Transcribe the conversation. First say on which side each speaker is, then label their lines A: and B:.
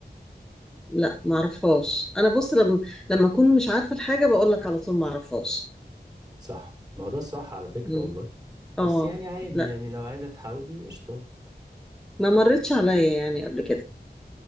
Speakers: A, in the centre; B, on the right.
A: لا معرفهاش انا بص لما لما اكون مش عارفه الحاجه بقول لك على طول معرفهاش
B: صح ما هو ده الصح على فكرة
A: مم.
B: والله
A: اه
B: بس يعني عادي
A: لا
B: يعني لو عايزة تحاولي قشطة
A: ما مرتش عليا يعني قبل كده